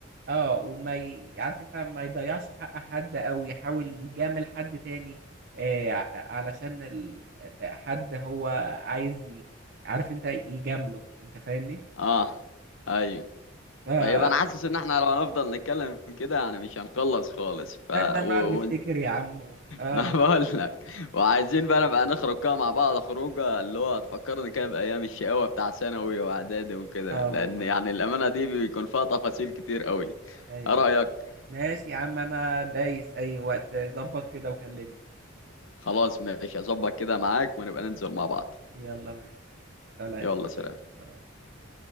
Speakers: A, on the right; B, on the left.
A: اه وما ي... عارف انت ما يضيعش حق حد او يحاول يجامل حد تاني آه ع- علشان ال... ال- حد هو عايز ي... عارف انت يجامله انت فاهمني
B: اه ايوه
A: فهنبدأ
B: طيب انا حاسس ان احنا لو هنفضل نتكلم كده يعني مش هنخلص خالص ف
A: نقعد
B: و...
A: نفتكر
B: و...
A: يا عم و... اه
B: ما <laughs> بقول لك وعايزين بقى نبقى نخرج كده مع بعض خروجه اللي هو تفكرني كده بايام الشقاوه بتاع ثانوي واعدادي وكده
A: اه
B: لان
A: والله
B: يعني الامانه دي بيكون فيها تفاصيل كتير قوي
A: ايوه
B: ايه رايك
A: ايوه ماشي يا عم انا دايس اي وقت ظبط كده وكلمني
B: خلاص ماشي اظبط كده معاك ونبقى ننزل مع بعض
A: يلا ماشي سلام
B: يلا
A: سلام
B: سلام
A: سلام سلام